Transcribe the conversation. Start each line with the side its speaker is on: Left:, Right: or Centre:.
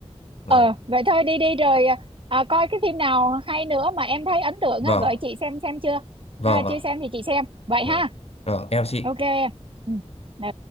Left: vâng
Right: ờ vậy thôi đi đi rồi à, coi cái phim nào hay nữa mà em thấy ấn tượng
Left: vâng
Right: á gửi chị xem xem chưa
Left: vâng
Right: à,
Left: vâng
Right: chưa xem thì chị xem vậy
Left: vâng,
Right: ha
Left: vâng. em chào chị
Right: ok em ừ. Ừ.